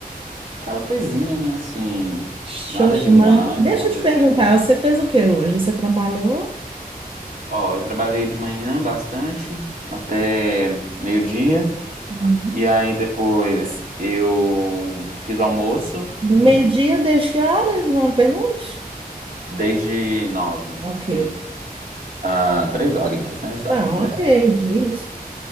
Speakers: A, on the right (about 60°); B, on the right (about 35°).
A: aquela coisinha, né? Assim,
B: Xoxa,
A: nada demais
B: mano Deixa
A: aconteceu.
B: eu te perguntar, você fez o que hoje? Você trabalhou?
A: Ó, eu trabalhei de manhã bastante, até meio-dia.
B: Uhum.
A: E aí depois eu fiz almoço
B: Meio-dia,
A: <clears throat> hum,
B: desde que horas? Não pergunte.
A: desde nove.
B: Ok.
A: <clears throat> hum, Ah, três horinhas, né? Só,
B: Não,
A: na verdade.
B: ok, justo. O